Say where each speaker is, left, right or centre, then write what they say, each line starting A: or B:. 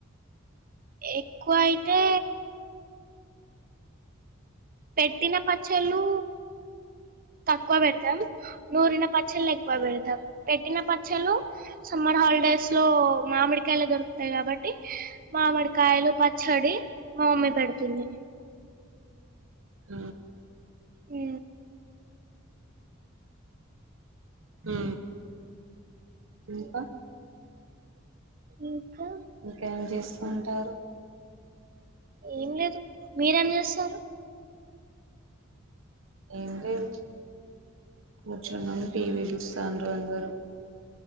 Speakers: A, on the right; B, on the right.
A: ఎక్కువ అయితే పెట్టిన పచ్చల్లూ తక్కువ పెడతాం నూరిన పచ్చళ్లు ఎక్కువ పెడతాం పెట్టిన పచ్చళ్లు సమ్మర్ హాలిడేస్ లో మామిడి గల దొరుకుతాయి కాబట్టి మామిడికాయలు పచ్చడి మా మమ్మీ పెడుతుంది
B: ఊ
A: ఊ
B: ఊ ఇంక
A: ఇకా
B: ఇంకేం చేస్తుంటారు
A: ఏం లేదు మీరేం చేస్తారు
B: ఏం లేదు కూర్చున్నా టీవీ చూస్తాను అందరు